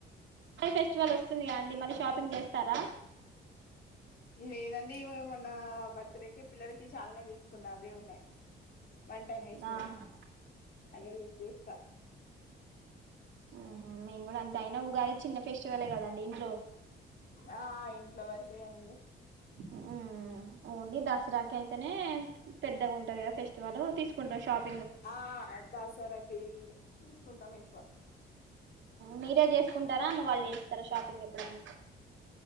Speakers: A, on the right (about 70°); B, on the left (about 50°).
A: ఫెస్టివల్ వస్తుందిగా అండి మళ్ళీ షాపింగ్ చేస్తున్నారా
B: లేదండి మొన్న బర్త్డే కి పిల్లలకి చాలానే తీసుకున్న అవే ఉన్నాయి వన్ టైమ్ వేసారు
A: ఆహా
B: అదో చూస్త
A: ఆహ మేము గుడా అంత అయినా ఉగాది చిన్న ఫెస్టివల్ గదా నేన్
B: ఆ ఆ ఇంట్లో వర్క్ చేయాలండి
A: హ్మ్మ్ ఓన్లీ దసరాకి అయితేనే పెద్దగా ఉంటది కదా ఫెస్టివల్ తీసుకుంటాం షాప్
B: ఆ ఆ దసరకి తీస్తుంటాం ఎక్కువ
A: మీరే చేసుకుంటారా అమ్మ వాళ్ళు చేస్తారా షాపింగ్ ఎప్పుడన్న